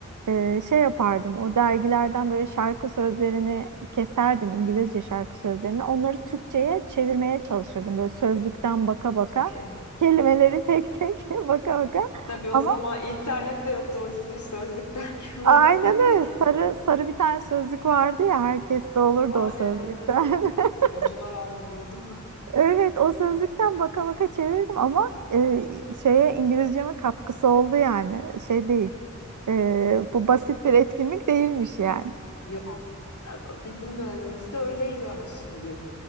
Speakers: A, on the right; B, on the left.
A: E, şey yapardım, o dergilerden böyle şarkı sözlerini keserdim, İngilizce şarkı sözlerini. Onları Türkçe'ye çevirmeye çalışırdım. Böyle sözlükten baka baka,
B: Çok iyi.
A: kelimeleri tek tek <laughs> baka baka.
B: Tabii
A: Ama
B: o zaman internet de yoktu. Doğru düzgün sözlük derken <laughs> olup
A: aynen
B: tek tek.
A: öyle. Sarı, sarı bir tane sözlük vardı ya, herkeste olurdu
B: Aa
A: o sözlükten.
B: evet.
A: <laughs>
B: Hocalar aldırıyordu onu.
A: Evet, o sözlükten baka baka çevirdim ama e, şeye İngilizceme katkısı oldu yani. Şey değil. E, bu basit bir etkinlik değilmiş yani.
B: Yok. Bizim dönemimizde öyleydi ama şimdi.